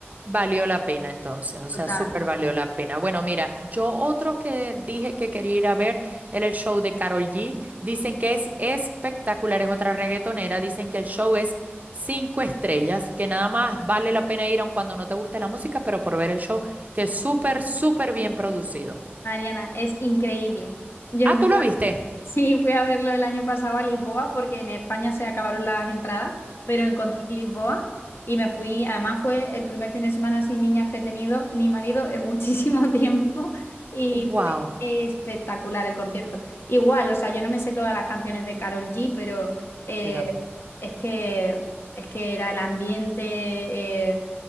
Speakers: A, on the right (about 40°); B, on the left (about 60°).
A: Valió la pena entonces, o sea,
B: Total.
A: súper valió la pena. Bueno, mira, yo otro que dije que quería ir a ver era el show de Karol G. Dicen que es espectacular, es otra reggaetonera. Dicen que el show es cinco estrellas, que nada más vale la pena ir aun cuando no te guste la música, pero por ver el show, que es súper, súper bien producido.
B: Mariana, es increíble. Yo
A: Ah, ¿tú lo viste?
B: Sí, fui a verlo el año pasado a Lisboa porque en España se acabaron las entradas, pero encontré Lisboa y me fui. Además fue el primer fin de semana sin niñas que he tenido ni marido en muchísimo <laughs> tiempo y
A: Wow,
B: fue espectacular el concierto. Igual, o sea, yo no me sé todas las canciones de Carol G, pero eh,
A: yo tampoco.
B: es que, es que era el ambiente, eh,